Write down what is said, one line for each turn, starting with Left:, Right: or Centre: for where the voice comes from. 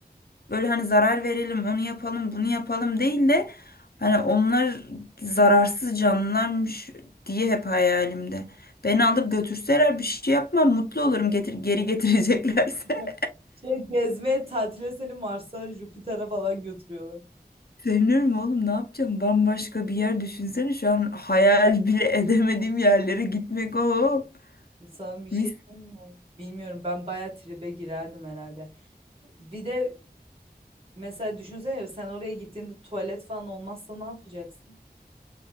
Left: Böyle hani zarar verelim, onu yapalım, bunu yapalım değil de hani onlar zararsız canlılarmış diye hep hayalimde. Beni alıp götürseler bir şey yapmam, mutlu olurum getir, geri <laughs> getireceklerse.
Right: <laughs> Şey gezmeye, tatile seni Mars'a, Jüpiter'e falan götürüyorlar.
Left: Sevinirim oğlum ne yapacağım? Bambaşka bir yer düşünsene şu an hayal bile <laughs> edemediğim yerlere gitmek o.
Right: Sana bir şey
Left: Mis.
Right: diyeyim mi? Bilmiyorum ben bayağı tribe girerdim herhalde. Bir de mesela düşünsene sen oraya gittiğinde tuvalet falan olmazsa ne yapacaksın?